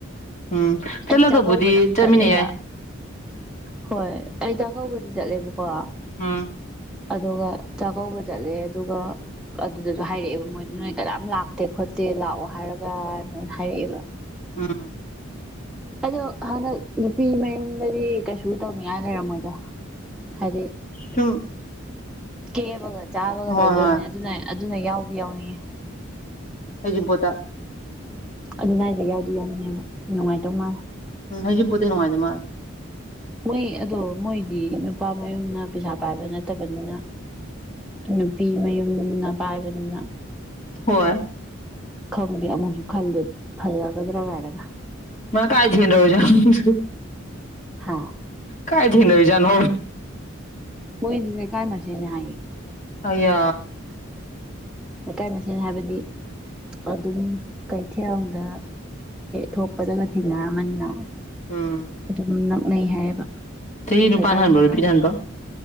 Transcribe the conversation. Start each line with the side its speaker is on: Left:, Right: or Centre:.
Left: ꯎꯝ ꯆꯠꯂꯒꯕꯨꯗꯤ
Centre: ꯑꯩ ꯆꯥꯛꯀꯧꯕꯗꯪ
Left: ꯆꯠꯃꯤꯟꯅ
Centre: ꯆꯠꯂꯦꯕ
Left: ꯌꯥꯏ
Centre: ꯍꯣꯏ ꯑꯩ ꯆꯥꯛꯀꯧꯕꯗꯤ ꯆꯠꯂꯦꯕꯀꯣ
Left: ꯑꯝ
Centre: ꯑꯗꯨꯒ ꯆꯥꯛꯀꯧꯕ ꯆꯠꯂꯦ ꯑꯗꯨꯒ ꯑꯗꯨꯗꯁꯨ ꯍꯥꯏꯔꯛꯑꯦꯕ ꯃꯣꯏꯅ ꯅꯣꯏ ꯀꯅꯥꯝ ꯂꯥꯛꯇꯦ ꯈꯣꯠꯇꯦ ꯂꯥꯛꯑꯣ ꯍꯥꯏꯔꯒꯅ ꯍꯥꯏꯔꯛꯑꯦꯕ
Left: ꯑꯝ
Centre: ꯑꯗꯣ ꯍꯟꯗꯛ ꯅꯨꯄꯤ ꯃꯌꯨꯝꯗꯗꯤ ꯀꯩꯁꯨ ꯇꯧꯅꯤꯡꯉꯥꯏ ꯂꯩꯔꯝꯃꯣꯏꯗꯣ ꯍꯥꯏꯗꯤ
Left: ꯁꯨꯝ
Centre: ꯀꯦꯕꯒ ꯆꯥꯕꯒ
Left: ꯍꯣꯏ
Centre: ꯇꯧꯗꯣ ꯑꯣꯏꯔꯝꯅꯤ
Left: ꯍꯣꯏ
Centre: ꯑꯗꯨꯅ ꯑꯗꯨꯅ ꯌꯥꯎꯗꯤ ꯌꯥꯎꯅꯤꯡꯌꯦ
Left: ꯍꯒꯤꯄꯣꯠꯇ
Centre: ꯑꯗꯨ ꯂꯥꯏꯏꯁꯦ ꯌꯥꯎꯗꯤ ꯌꯥꯎꯅꯤꯡꯉꯦꯕ ꯅꯨꯡꯉꯥꯏꯇꯧ ꯃꯥꯜꯂꯦ
Left: ꯎ ꯍꯩꯖꯤꯝꯄꯇ ꯅꯨꯡꯉꯥꯏ ꯗꯧ ꯝꯂꯤ
Centre: ꯃꯣꯏ ꯑꯗꯣ ꯃꯣꯏꯗꯤ ꯅꯨꯄꯥ ꯃꯌꯨꯝꯅ ꯄꯩꯁꯥ ꯄꯥꯏꯕ ꯅꯠꯇꯕꯅꯤꯅ ꯅꯨꯄꯤ ꯃꯌꯨꯝꯅ ꯄꯥꯏꯕꯅꯤꯅ
Left: ꯍꯣꯏ
Centre: ꯈꯪꯗꯦ ꯑꯃꯨꯛꯁꯨ ꯈꯟꯗꯦ ꯐꯖꯒꯗ꯭ꯔꯥ ꯒꯥꯏꯟꯒ
Left: ꯃꯥ ꯀꯥꯏ ꯊꯦꯪꯅꯔꯨꯏ ꯖꯠꯅꯣ
Centre: ꯍꯥ
Left: ꯀꯥꯏ ꯊꯦꯡꯅꯔꯨꯏꯖꯅꯣ
Centre: ꯃꯣꯏꯗꯤ ꯂꯩꯀꯥꯏ ꯃꯁꯦꯅꯤ ꯍꯥꯏ
Left: ꯑꯌꯥ
Centre: ꯂꯩꯀꯥꯏ ꯃꯁꯦꯜ ꯍꯥꯏꯕꯗꯤ ꯑꯗꯨꯝ ꯀꯩꯊꯦꯜꯗ ꯊꯣꯛꯄꯗꯒ ꯊꯦꯡꯅꯔꯝꯃꯅꯤꯅ
Left: ꯎꯝ
Centre: ꯑꯗꯨꯅ ꯅꯩ ꯍꯥꯏꯕ
Left: ꯆꯍꯤ ꯅꯨꯄꯥꯅ
Centre: ꯂꯩꯀꯥꯏ
Left: ꯍꯟꯕ꯭ꯔꯣ
Centre: ꯊꯪꯅꯕꯗꯩꯩ
Left: ꯅꯨꯄꯤꯅ ꯍꯟꯕ꯭ꯔꯣ